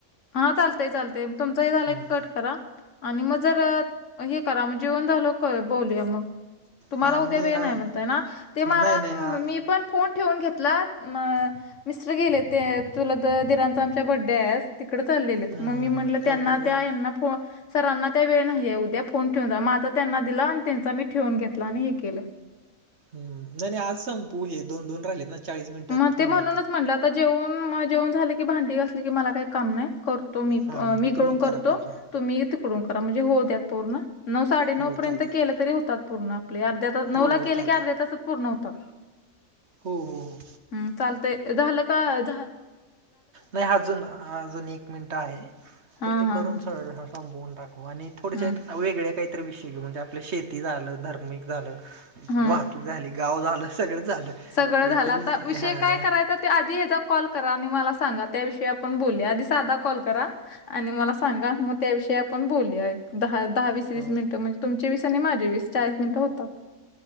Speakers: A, on the left; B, on the right.
A: हा. चालतय चालतय तुमच हे झालंय
B: हम्म.
A: की कट करा. आणि मग जर हे करा जेवन झाल्या बोलूया मग. तुम्हाला
B: हां
A: उद्या
B: मी
A: वेळ
B: हां
A: नाही म्हणतय ना ते मला
B: नाही नाही
A: मी
B: हां
A: पण. फोन ठेवून घेतलात मिस्टर गेले ते चुलत दिरांचा आमच्या बड्डे आहे आज. तिकडे चाललेले
B: हम्म
A: मी म्हटलं त्यांना
B: ओके ओके
A: त्या यांना फोन. सरांना त्या वेळ नाहीये उद्या फोन ठेवून जा. माझ त्यांना दिला आणि त्यांचा मी ठेवून घेतला आणि हे केलं.
B: हम्म नाही नाही आज संपू हे दोन, दोन राहिलेत ना चाळीस मिनिटात
A: मग
B: होऊन
A: ते म्हणूनच
B: जातील.
A: म्हटलं आता जेवून मग जेवून झाले की भांडी घासली की असली की मला काही काम नाही करू. तो मी
B: हां मग
A: मी
B: तुम्ही
A: कडून करतो
B: करा कॉल हां
A: तुम्ही तिकडून करा म्हणजे होऊ द्यात पूर्ण. नऊ, साडे नऊ
B: हो
A: पर्यंत
B: चालतं आहे
A: केलं तरी होतात पूर्ण आपले. अर्ध्या तास नऊ
B: हो
A: ला
B: हो
A: केले
B: चालतं
A: की अर्ध्या
B: आहे
A: तासात पूर्ण होतात.
B: हो हो हो.
A: हम्म चालतय झालं का झ
B: नाही अ अजून अजून एक मिनटं आहे
A: हां
B: तर ते
A: हां
B: करून
A: हां
B: स स संपवून टाकू आणिल. थोडश्यात
A: हं
B: वेगळ्या काहीतरी विषयी म्हणजे आपलं शेती झालं धार्मिक झालं.
A: हं
B: वाहतूक झाली गाव झालं, सगळं झालं.
A: सगळं
B: काहीतरी
A: झालं, आता विषय
B: हा
A: काय करायचा ते आधी ह्याचा कॉल करा आणि मला सांगा त्या विषयी आपण बोलूया आधी साधा कॉल करा आणि मला सांगा मग त्याविषयी आपण बोलूया एक दहा, दहा वीस, वीस
B: हो
A: मिनिटं म्हणजे तुमचे वीस आणि माझे वीस चाळीस मिनटं होतात.